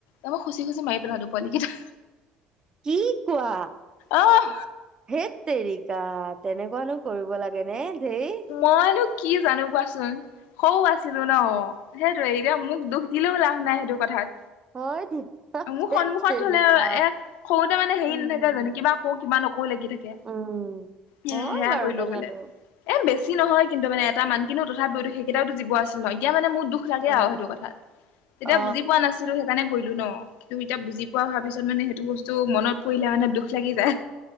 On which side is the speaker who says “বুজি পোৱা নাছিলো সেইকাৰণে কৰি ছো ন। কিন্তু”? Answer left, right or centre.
Left